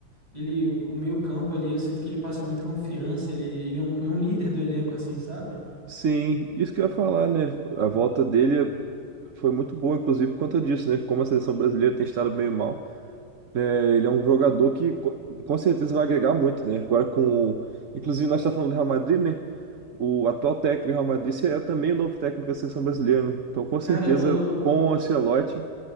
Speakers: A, on the right; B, on the right.
A: ele, o meio-campo ali, eu sinto que ele passa muita confiança. Ele, ele é um, é um líder do elenco, assim, sabe?
B: Sim, isso que eu ia falar, né? A volta dele foi muito boa, inclusive por conta disso, né? Como a seleção brasileira tem estado meio mal, é, ele é um jogador que co- com certeza vai agregar muito, né? Agora com. o- Inclusive, nós estamos falando do Real Madrid, né? O atual técnico do Real Madrid é também o novo técnico da seleção brasileira, né? Então, com
A: Cara,
B: certeza,
A: eu tô.
B: com o Ancelotti,